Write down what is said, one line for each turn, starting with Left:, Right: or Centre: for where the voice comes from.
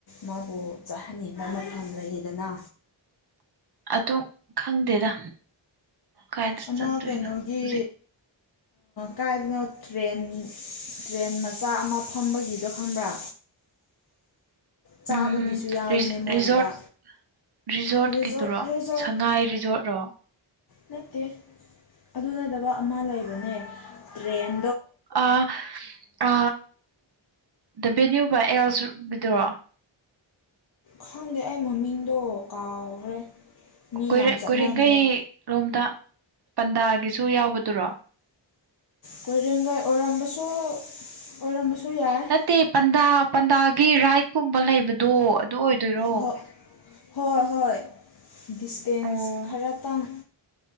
Left: ꯃꯥꯕꯨ ꯆꯥꯍꯟꯅꯤꯡꯕ ꯃꯐꯝ ꯂꯩꯗꯅ
Right: ꯑꯗꯨ ꯈꯪꯗꯦꯗ ꯀꯥꯏꯗ
Left: ꯑꯃ
Right: ꯆꯠꯇꯣꯏꯅꯣ
Left: ꯀꯩꯅꯣꯒꯤ
Right: ꯍꯧꯖꯤꯛ
Left: ꯀꯥꯏꯗꯅꯣ ꯇ꯭ꯔꯦꯟ ꯇ꯭ꯔꯦꯟ ꯃꯆꯥ ꯑꯃ ꯐꯝꯕꯒꯤꯗꯣ ꯈꯪꯕ꯭ꯔꯥ
Right: <unintelligible>
Left: ꯆꯥꯕꯒꯤꯁꯨ
Right: ꯎꯝ
Left: ꯌꯥꯎꯕꯅꯦ ꯃꯣꯏꯗꯨꯗ
Right: ꯔꯤꯖꯣꯔꯠ ꯔꯤꯖꯣꯔꯠꯀꯤꯗꯨꯔꯣ
Left: ꯔꯤꯖꯣꯔꯠ ꯔꯤꯖꯣꯔꯠ
Right: ꯁꯉꯥꯏ ꯔꯤꯖꯣꯔꯠꯔꯣ
Left: ꯅꯠꯇꯦ ꯑꯗꯨ ꯅꯗꯕ ꯑꯃ ꯂꯩꯕꯅꯦ ꯇ꯭ꯔꯦꯟ
Right: ꯑ ꯑ ꯗ ꯕꯦꯅ꯭ꯌꯨ ꯕꯥ ꯑꯦꯜꯁꯕꯤꯗꯨꯔꯣ
Left: ꯈꯪꯗꯦ ꯑꯩ ꯃꯃꯤꯡꯗꯣ ꯀꯥꯎꯈ꯭ꯔꯦ ꯃꯤ
Right: ꯣꯏꯔ
Left: ꯌꯥꯝ ꯆꯠꯅꯕꯅꯦ
Right: ꯀꯣꯏꯔꯦꯡꯈꯩꯔꯣꯝꯗ ꯄꯟꯗꯥꯒꯤꯁꯨ ꯌꯥꯎꯕꯗꯨꯔꯣ
Left: ꯀꯣꯏꯔꯦꯡꯒ ꯑꯣꯏꯔꯝꯕꯁꯨ ꯑꯣꯏꯔꯝꯕꯁꯨ ꯌꯥꯏ
Right: ꯅꯠꯇꯦ ꯄꯟꯗꯥ ꯄꯟꯗꯥꯒꯤ ꯔꯥꯏꯠꯀꯨꯝꯕ ꯂꯩꯕꯗꯣ ꯑꯗꯨ ꯑꯣꯏꯗꯣꯏꯔꯣ
Left: ꯍꯣꯏ ꯍꯣꯏ ꯍꯣꯏ ꯗꯤꯁꯇꯦꯟꯁ
Right: ꯑꯣ
Left: ꯈꯔꯇꯪ